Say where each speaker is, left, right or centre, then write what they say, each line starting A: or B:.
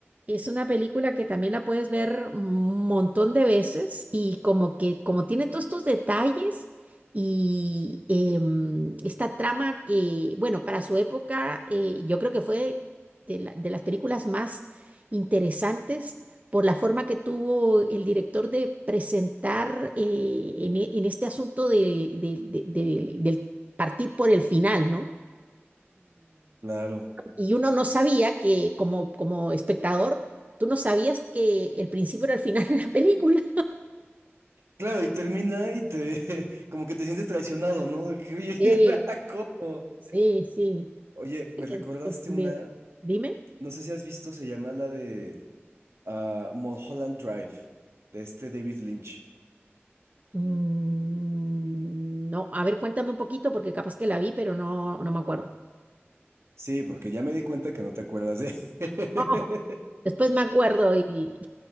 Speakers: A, on the right; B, on the right.
A: Es una película que también la puedes ver un montón de veces y como que como tiene todos estos detalles y em, esta trama que, bueno, para su época eh, yo creo que fue de, la- de las películas más interesantes por la forma que tuvo el director de presentar eh, en, e- en este asunto de, de- de- del del partir por el final, ¿no?
B: Claro.
A: y uno no sabía que, como, como espectador, tú no sabías que el principio era el final de la película.
B: Claro, y termina y te, <laughs> como que te sientes traicionado, ¿no? De que, oye,
A: Sí,
B: <laughs> ¿cómo?
A: sí, sí.
B: Oye, me
A: estoy
B: recordaste
A: confundido.
B: una,
A: Dime.
B: no sé si has visto, se llama la de ah, Mulholland Drive, de este David Lynch.
A: Mm, no, a ver, cuéntame un poquito porque capaz que la vi, pero no, no me acuerdo.
B: Sí, porque ya me di cuenta que no te acuerdas de... <laughs>
A: No, después me acuerdo y...